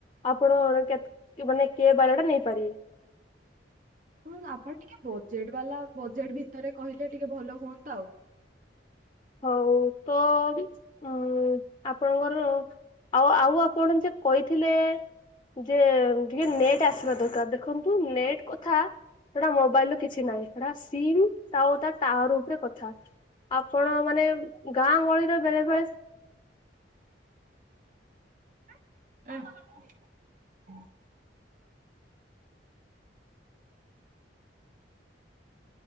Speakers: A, on the left; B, on the right.
A: ଆପଣ ମାନେ କେତ ମନେ କେ ବାଲା ଟା ନେଇପାରିବେ?
B: ହଁ ଆପଣ ଟିକେ ବଜେଟ ବାଲା ବଜେଟ୍ ଭିତରେ କହିଲେ ଟିକେ ଭଲ ହୁଅନ୍ତା ଆଉ।
A: ହଉ ତ ଅଁ ହୁଁ ଆପଣଙ୍କର ଆଉ ଆଉ ଆପଣ ଯେ କହିଥିଲେ ଯେ ଟିକେ ନେଟ୍ ଆସିବା ଦରକାର, ଦେଖନ୍ତୁ ନେଟ୍ କଥା ସେଟା ମୋବାଇଲ ର କିଛି ନାହିଁ ସେଟା ସିମ ତା ଟାୱାର ଉପରେ କଥା। କଣ ମାନେ ଗାଁ ଗହଳିରେ ବେଳେ ବେଳେ
B: <inaudible>